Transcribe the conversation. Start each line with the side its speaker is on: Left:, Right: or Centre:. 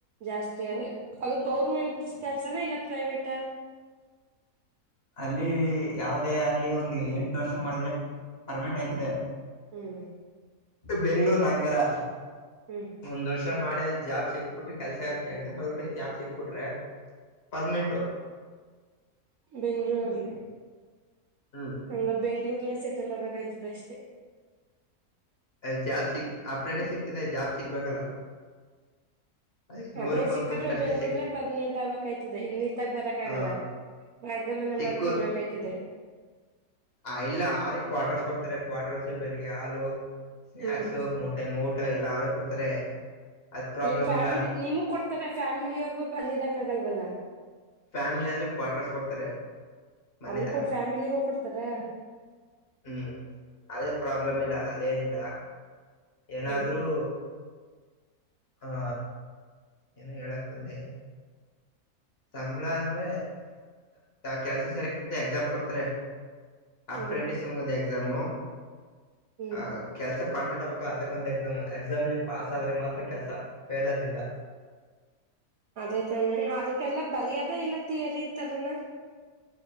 Right: ಜಾಸ್ತಿ ಅದು ಗೌರ್ಮೆಂಟ್ ಕೆಲ್ಸನಾ ಇಲ್ಲ ಪ್ರೈವೇಟ
Left: ಅಲ್ಲಿ ಯಾವದೇ ಆಗ್ಲಿ ಒಂದ ಎಂಟು ವರ್ಷ ಮಾಡಿದ್ರೆ ಪರ್ಮೆನೆಂಟ್ ಆಯ್ತಿದೆ
Right: ಹ್ಮ್
Left: ಬೆಂಗ್ಳೂರ್ ನಂಗಲ್ಲ
Right: ಹ್ಮ್
Left: ಒಂದ್ ವರ್ಷ ಮಾಡಲ್ ಜಾಬ್ ಸಿಕ್ಬಿಟ್ರಿ ಕೆಲ್ಸ ಎಕ್ಸಾಂಪಲ್ ಒಟ್ಟಿಗೆ ಜಾಬ್ ಸಿಕ್ಬಿಟ್ರಿ ಪರ್ಮನೆೆಂಟು
Right: ಬೆಂಗಳೂರುಲ್ಲಿ
Left: ಹ್ಮ್
Right: ಹ ಬೆಂಗಳೂರುಲ ಸೆಟಲ್ ಅಬೇಕಾದಿತ್ತ ದಷ್ಟೇ
Left: ಅಲ್ಲಿ ಜಾಬ್ ಸಿಗ್ ಆಪ್ರೇನೆ ಸಿಗ್ತದೆ ಜಾಬ್ ಸಿಗ್ಬೇಕಲ್ಲ ಅದಕ್ಕೆ ನೂರಕ್ಕೆ
Right: ಅದೇ
Left: ಒಂದ್
Right: ಸಿಕ್ಕಟ್ರೆ
Left: ಪರ್ಸೆಂಟ್ ಅಷ್ಟೇ
Right: ಬೆಂಗಳೂರು
Left: ಸಿಕ್
Right: ಅಲ್ಲೇ ಪರ್ಮನೆಂಟ್ ಆಕ್ಯ್ತದೆ ಇನ್ನತ್ತಾಗ ಬರಕ್ ಆಗಲ್ಲ
Left: ಆ
Right: ಬಾಡಗೆ ಮನೆ
Left: ಸಿಕ್ಕು
Right: ಮಾಡ್ಕ ಇರ್ಬೇಕಾಯ್ತದೆ
Left: ಆ ಇಲ್ಲ ಅವ್ರಿಗೆ ಕ್ವಾರ್ಟರ್ಸ್ ಕೊಡ್ತಾರೆ ಕ್ವಾರ್ಟರ್ಸ್ ಬೆಳಿಗ್ಗೆ ಹಾಲು ಸ್ನೇಕ್ಸ್
Right: ಹ್ಮ್
Left: ಮೂಟೆ ಮೂಟ ಎಲ್ಲಾ ಅವ್ರ ಕೊಡ್ತಾರೆ ಅದ್ ಪ್ರಾಬ್ಲಮ್
Right: ನಿಮ್ ಫ್ಯಾಮಿಲಿ
Left: ಇಲ್ಲ
Right: ನಿಮೂ ಕೊಡ್ತಾರ ಫ್ಯಾಮಿಲಿಯಾಗ ಅಲ್ಲಿ ಇರಕ್ ಆಗಲ್ವಲ್ಲ.
Left: ಫ್ಯಾಮಿಲಿ ಅಂದ್ರೆ ಕ್ವಾರ್ಟರ್ಸ್ ಕೊಡ್ತಾರೆ. ಮನೆ
Right: ಅಲ್ಲ
Left: ತರ
Right: ಫ್ಯಾಮಿಲಿಗೂ ಕೊಡ್ತಾರೆ.
Left: ಹ್ಮ್ ಅದೇ ಪ್ರಾಬ್ಲಮ್ ಇಲ್ಲ ಅದೇನಿಲ್ಲ ಏನಾದ್ರೂ
Right: ಹ್ಮ್
Left: ಹಾ ಏನು ಹೇಳಕ್ ಬಂದೆ ಸಂಬಳ ಅಂದ್ರೆ ಕೆಲ್ಸ ಸೇರಕ ಮಂಚೆ ಎಕ್ಸಾಮ್ ಕೊಡ್ತಾರೆ ಅಪೆಂಡಿಕ್ಸ್
Right: ಹ್ಮ್
Left: ಎಕ್ಸಾಮು
Right: ಹ್ಮ್
Left: ಆ ಕೆಲ್ಸ ಪರ್ಮನೆಂಟ್ ಆಗಬೇಕು ಅದಕ್ಕ ಒಂದು ಎಕ್ಸಾಮ್ ಎಕ್ಸಾಮ್ ಲೇ ಪಾಸ್ ಆದ್ರರೆ ಮಾತ್ರ ಕೆಲಸ ಫೇಲ್ ಆದರೆ ಇಲ್ಲ
Right: ಅದೇ ತಾನೆ ಅದಕ್ಕೆಲ್ಲ ಬರಿಯದ ಇಲ್ಲ ತಿಯರಿತರನ